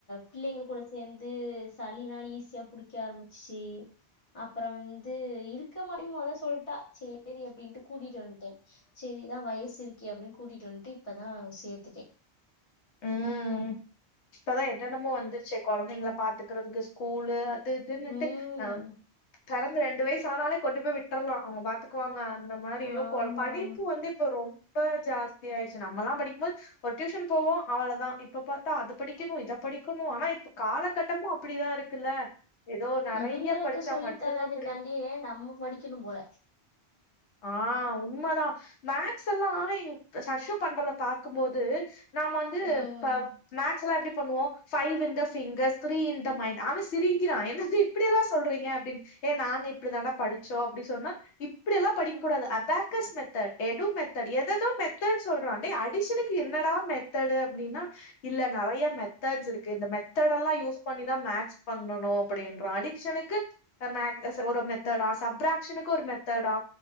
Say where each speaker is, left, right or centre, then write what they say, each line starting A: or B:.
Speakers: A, on the left; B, on the left.
A: பிள்ளைங்க கூட சேந்து சளினா ஈஸியாக புடிக்க ஆரம்மிச்சிச்சு அப்றோ வந்து இருக்க மாட்டனு மொத சொல்ட்டா சேரி சேரி அப்டின்ட்டு கூட்டிட்டு வந்ட்டே சேரி இதா வயசு இருக்கே அப்டின் கூட்டிட்டு வந்துட்டு இப்பதா சேத்துட்டே
B: ம் இப்பதா என்னென்னமோ வந்துருச்சே கொழந்தைங்கள பாத்துக்கறதுக்கு ஸ்கூலு அது இதுனுட்டு
A: ம்
B: ஆ பிறந்து ரெண்டு வயசுனாலே கொண்டு போய் விட்டுரலா அவங்க பாத்துக்குவாங்க அந்த மாரிரு
A: ஆமா
B: கொ படிப்பு
A: ஆமா
B: வந்து இப்ப ரொம் ப ஜாஸ்தி ஆயிடுச்சு நம்மல்லா படிக்கும்போது ஒரு டியூஷன் போவோ அவ்ளதா இப்ப பாத்தா அது படிக்கணு இத படிக்கணு ஆனா இப்ப காலகட்டமு அப்படிதா இருக்குல்ல ஏதோ நெறைய
A: இவுங்களுக்கு
B: படிச்சா
A: சொல்லி
B: மட்டுந்தா
A: தரதுக்காண்டியே
B: முடியு
A: நம்ம படிக்கணும்போல
B: ஆ உண்மதா மேக்ஸ் எல்லா எங்க சஷு பண்றத பாக்கும்போது நாம வந்து
A: ம்
B: இப்ப மேக்ஸ்லா எப்டி பண்ணுவோ five in the fingers three in the mind அவ சிரிக்கிறா என்னது இப்டில்லா சொல்றீங்க அப்படின் எ நாங்க இப்டிதான்டா படிச்சோ அப்டி சொன்னோ இப் இப்டியெல்லா படிக்க கூடாது அபாக்கஸ் மெத்தட் எடு மெத்தட் எதேதோ மெத்தட் சொல்றா டேய் அடிசனுக்கு என்னடா மெத் தடு அப்டின்னா இல்ல நெறைய மெத்தட்ஸ் இருக்கு இந்த மெத்தட் எல்லா யூஸ் பண்ணிதா மேக்ஸ் பண்ணனு அப்படின்றா அடிக்ஷனுக்கு எ மே ச ஒரு மெத்தடா சப்ராக்ஷனுக்கு ஒரு மெத் தடா